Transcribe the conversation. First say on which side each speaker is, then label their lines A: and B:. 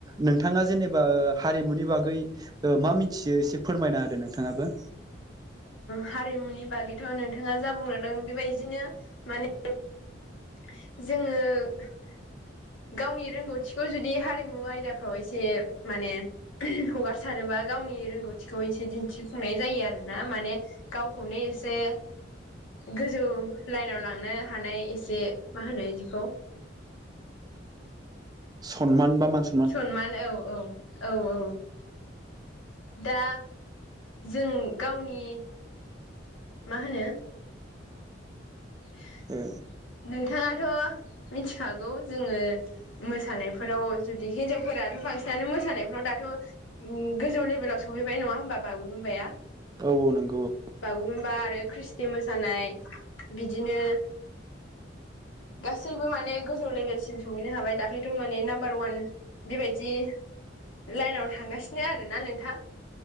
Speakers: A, on the right; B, on the left.
A: नोंथाङा जेनेबा हारिमुनि बागै मा मिथियो एसे फोरमायना होदो नोंथाङाबो
B: हारिमुनि बागैथ' नोंथाङा जा बुंलांदों बेबायदिनो माने जोङो गावनि रोंगौथिखौ जुदि हारिमु आयदाफ्राव एसे माने हगारसारोबा गावनि रोंगौथिखौ एसे दिन्थिफुंनाय जायो आरो ना माने गावखौनो एसे गोजौ लाइनाव लांनो हानाय एसे मा होनो बिखौ
A: सनमान बा मानसि
B: सनमान औ औ औ औ दा जों गावनि मा होनो <inaudible>
A: ए
B: नोंथाङाथ' मिथिखागौ जोङो मोसानायफोराव जुदि हिनजावफोराथ' बांसिनानो मोसानायफोराव दाथ' उ गोजौ लेभेलाव सहैबाय नङा होमबा बागुरुमबाया
A: औ औ नंगौ औ
B: बागुरुम्बा आरो ख्रिस्टि मोसानाय बिदिनो गासैबो माने गोजौ लेभेलसिम सहैनो हाबाय दाख्लैथ' माने नाम्बार ववान बेबायदि लाइनाव थांगासिनो आरोना नोंथां